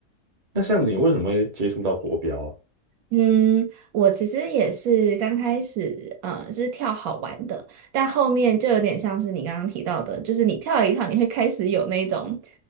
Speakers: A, on the right; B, on the right.
A: 那像你为什么会接触到国标啊？
B: 嗯，我其实也是刚开始，呃，是跳好玩的，但后面就有点像是你刚刚提到的，就是你跳一跳，你会开始有那种